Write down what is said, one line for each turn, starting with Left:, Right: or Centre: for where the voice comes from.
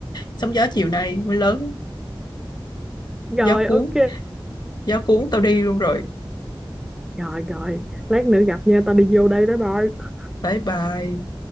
Left: sóng gió chiều nay mới lớn
Centre: rồi
Left: gió cuốn
Centre: ok
Left: gió cuốn tao đi luôn rồi
Centre: rồi rồi lát nữa gặp nha tao đi vô đây bye bye
Left: bye bye